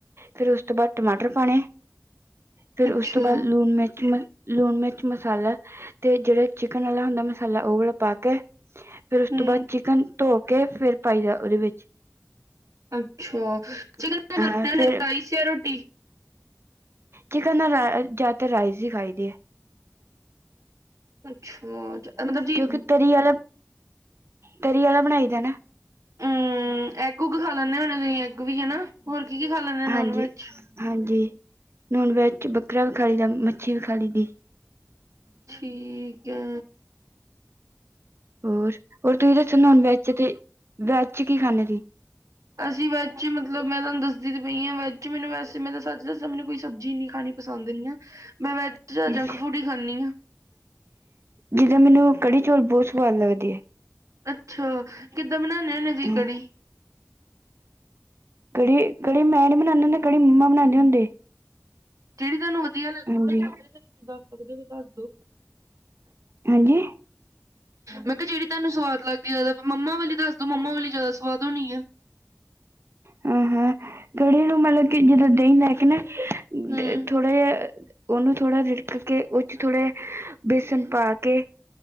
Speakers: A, on the right; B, on the right.
A: ਫੇਿਰ ਉਸ ਤੋਂ ਬਾਅਦ ਟਮਾਟਰ ਪਾਣੇ ਫੇਰ
B: ਅੱਛਾ
A: ਉਸ ਤੋਂ ਬਾਅਦ ਲੂਣ ਮਿਰਚ ਲੂਣ ਮਿਰਚ ਮਸਾਲਾ ਤੇ ਜਿਹੜਾ ਚਿਕਨ ਵਾਲਾ ਹੁੰਦਾ ਮਸਾਲਾ ਉਹ ਵਾਲਾ ਪਾ ਫੇਿਰ ਉਸ
B: ਹੂੰ
A: ਤੋਂ ਬਾਅਦ ਚਿਕਨ ਧੋ ਕੇ ਫਿਰ ਪਾਈ ਜਾ ਉਹਦੇ ਵਿੱਚ
B: ਅੱਛਾ ਚਿਕਨ
A: ਅਹ
B: ਖ
A: ਫਿਰ
B: ਰਸ ਜਾਂ ਰੋਟੀ
A: ਚਿਕਨ ਨਾ ਜਿਆਦਾਤਰ ਰਾਈਸ ਹੀ ਖਾਈ ਦੀ ਹੈ
B: ਅੱਛਾ ਮਤਲਬ ਜੀ
A: ਕਿਉਂਕਿ ਤਰੀ ਵਾਲਾ ਤਰੀ ਵਾਲਾ ਬਣਾ ਦੇਣਾ
B: ਹਮ ਐਗ ਉੱਗ ਖਾ ਲੈਂਦੇ ਹਣੇ ਤੁਸੀਂ ਐੱਗ ਵੀ ਹਨਾ ਹੋਰ ਕੀ ਕੀ ਖਾ ਲੈਂਦੇ ਨੋਨ
A: ਹਾਂਜੀ
B: ਵੈਜ
A: ਹਾਂਜੀ ਨੁਣ ਵੈ ਚ ਬੱਕਰਾ ਵੀ ਖੀ ਦਾ ਮੱਛੀ ਵੀ ਖੀ ਦੀ
B: ਠੀਕ ਹੈ
A: ਹੋਰ ਹੋਰ ਤੁਸੀਂ ਦੱਸਣ ਹੁਣ ਵੈਜ ਤੇ ਵੈਜ ਚ ਕੀ ਖਾਣੇ ਸੀ
B: ਅਸੀਂ ਵੈ ਹੀ ਮਤਲਬ ਮੈਂ ਤੁਹਾਨੂੰ ਦੱਸਦੀ ਪਈ ਹਾਂ ਵੈ ਮੈਨੂੰ ਵੈਸੇ ਮੈਂ ਤਾਂ ਸੱਚ ਦੱਸਿਆ ਮੈਨੂੰ ਕੋਈ ਸਬਜ਼ੀ ਇਨੀ ਖਾਣੀ ਪਸੰਦ ਨਹੀਂੀ ਆ ਮੈਂ ਵ
A: ਤੁਸੀਂ
B: ਜੰਕ ਫੂਡ ਹੀ ਖਾਂਦੀ ਹਾਂ
A: ਜਿੱਦਾਂ ਮੈਨੂੰ ਕੜੀ ਚੌਲ ਬਹੁਤ ਸਵਾਦ ਲੱਗਦੀ
B: ਅੱਛਾ। ਕਿੱਦਾਂ ਬਣਾਉੇ ਹੋੇ ਤੁਸੀਂ
A: ਆ
B: ਕੜੀ।
A: ਕੜੀ ਕੜੀ ਮੈਂ ਨ ਬਣਾਉਂਦੇ ਹੁੰਦੇ ਕਿ ਕੜੀ ਮੰਮਾ ਬਣਾਉਦੇ ਹੁੰਦੇ।
B: ਕਿਿਹੜੀ ਤੁਹਾਨੂੰ ਵਧੀਆ ਲੱਗਦੀ
A: ਹੁੰਦੇ
B: ਪੈਦਾਵਾਰ
A: ਹਾਂਜੀ
B: ਤੁਹਾਨੂੰ ਤੁਸੀਂ ਦੱਸ ਸਕਦੇ ਹੋ ਬ
A: ਹਾਂਜੀ।
B: ਮੈਂ ਕਿਹਾ ਜਿੜੀ ਤੁਹਾਨੂੰ ਸਵਾਦ ਲੱਗਦੀ। ਜਿਆਦਾ ਮੰਮਾ ਵਾਲੀ ਦੱਸ ਦੋ ਮੰਮਾ ਵਾਲੀ ਜਿਆਦਾ ਸਵਾਦ ਹੋਣੀ ਆ।
A: ਹਾਂ, ਹਾਂ ਕੜੀ ਨੂੰ ਮਤਲਬ ਕਿ ਜਦੋਂ ਦਹੀਂਦਾ ਕੇ ਨਾ
B: ਹੂੰ
A: ਥੋੜਾ ਜਿਹਾ ਉਹਨੂੰ ਥੋੜਾਰਿੜਕ ਕੇ ਉਹ ਚ ਥੋੜੇ ਬੇਸਨ ਪਾ ਕੇ